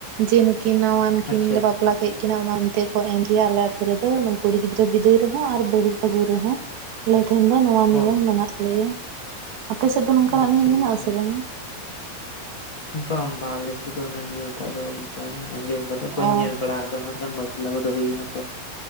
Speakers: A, on the right; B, on the left.
A: ᱡᱮ ᱠᱤ ᱱᱟᱣᱟᱱ ᱠᱤᱱᱞᱮ
B: ᱟᱪᱪᱷᱟ
A: ᱵᱟᱯ ᱵᱟᱯᱞᱟ ᱠᱮᱫ ᱠᱤᱱᱟ ᱚᱱᱟ ᱢᱮᱱᱛᱮ ᱠᱚ ᱮᱢ ᱜᱮᱭᱟ ᱟᱞᱮ ᱟᱹᱛᱩ ᱨᱮᱫᱚ ᱠᱩᱲᱤ ᱜᱤᱫᱽᱨᱟᱹ ᱵᱤᱫᱟᱹᱭ ᱨᱮᱦᱚᱸ ᱟᱨ ᱵᱟᱹᱦᱩ ᱟᱹᱜᱩ ᱨᱮᱦᱚᱸ ᱟᱞᱮ ᱴᱷᱮᱱ ᱫᱚ ᱱᱚᱣᱟ
B: ᱚ
A: ᱱᱤᱭᱟᱹᱢ ᱢᱮᱱᱟᱜ ᱞᱮᱭᱟ ᱟᱯᱮ ᱥᱮᱫ ᱫᱚ ᱱᱚᱝᱠᱟᱱᱟᱜ
B: ᱟᱪᱪᱷᱟ
A: ᱱᱤᱭᱟᱹᱢ ᱢᱮᱱᱟᱜ
B: ᱟᱪᱪᱷᱟ
A: ᱟᱥᱮ ᱵᱟᱝᱟ
B: ᱵᱟᱝ ᱵᱟ ᱟᱞᱮᱮᱥᱮᱫ ᱫᱚ ᱱᱤᱭᱟᱹᱢᱴᱟᱜ ᱫᱚ ᱵᱟᱹᱧ ᱟᱸᱡᱚᱢ ᱟᱠᱟᱫᱟ ᱵᱟᱹᱧ
A: ᱚ
B: ᱧᱮᱞ ᱵᱟᱲᱟ ᱟᱠᱟᱫᱟ ᱩᱱᱟᱹᱜᱟᱱ ᱞᱟᱹᱜᱩ ᱫᱚ ᱦᱩᱭ ᱠᱟᱱᱟ ᱛᱚ